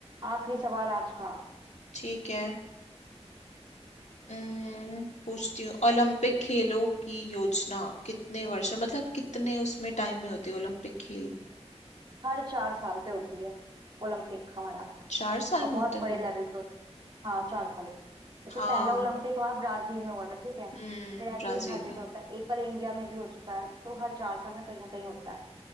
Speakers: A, on the right (about 40°); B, on the left (about 85°).
A: आखिरी सवाल आज का
B: ठीक है अम्म, पूछती हूँ ओलंपिक खेलों की योजना कितने वर्षों मतलब कितने उसमें टाइम में होते हैं ओलंपिक खेल
A: हर चार साल पे होती है ओलंपिक हमारा
B: चार साल
A: और
B: में
A: बहुत
B: होते हैं
A: बड़े
B: ओलंपिक
A: लेवल पे होता है हाँ चार साल में जैसे
B: हाँ
A: पहला ओलंपिक हमारा ब्राजील में हुआ था ठीक है
B: हम्म
A: फिर ऐसे
B: ब्राजील
A: ही हर जगह
B: में
A: होता है एक बार इंडिया में भी हो चुका है तो हर चार साल में कहीं ना कहीं होता है